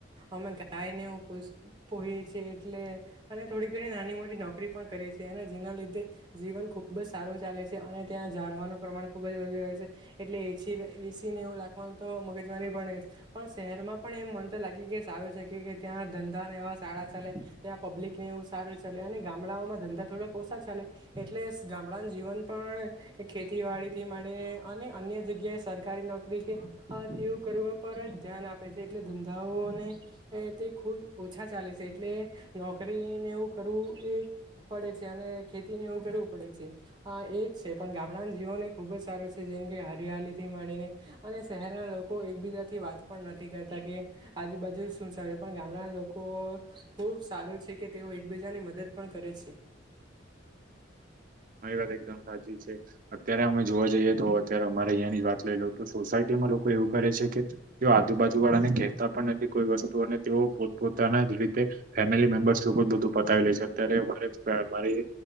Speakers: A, on the right; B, on the right.
A: અમે ગાયનેું પોએ છીએ એટલે અને થોડી ઘણી નાની મોટી નોકરી પણ કરે છે અને જેના લીધે જીવન ખૂબ જ સારું ચાલે છે અને ત્યાં ઝડવાનું પ્રમાણ ખુબ જ વધુ રહે છે એટલે એ એ સી ને એવું લાગતા તો મગજવાની પણ પણ શહેરમાં પણ એમ મન તો લાગી કે સારું છે કે કે ત્યાં ધંધાને એવા સારા ચાલે ત્યાં પબ્લિક ને એવું સારું ચાલે અને ગામડાઓમાં ધંધા થોડાક ઓછા ચાલે એટલે ગામડા જીવન પણ ખેતીવાડી થી મળ અને અન્ય જગ્યા કે સરકારી નોકરી કે તેવું કરવા પર જ ધ્યાન આપે છે એટલે ધંધાઓને તે ખુબ ઓછા ચાલે છે એટલે નોકરીને એવું કરવું એ પડે છે અને ખેતી ને એ કરવું પડે છે. અ એજ છે પણ ગામડાના જીવન એ ખુબ જ સારું છે. કેમ કે હરિયાલી થી માડીને અને શહેરના લોકો એકબીજાથી વાત પણ નથી કરતા કે આજુબાજુ શું ચાલે પણ ગામડા લોકો ખુબ સારું છે કે તેઓ એકબીજા ની મદદ પણ કરે છે.
B: મારી વાત એકદમ સાચી છે અત્યારે અમે જોવા જઈએ તો અત્યારે અમારે અહંની જ વાત લઈ લો તો સોસાયટી લોકો એવું કરે છે કે તેઓ આજુબાજુ વાળા ને કહેતા પણ નથી કોઈ વસ્તુ અને તેઓ પોત પોતાના રીતે ફેમિ મેમ્બર્સ લોકો બધું પતાવી લે છે અત્યારેરે મારી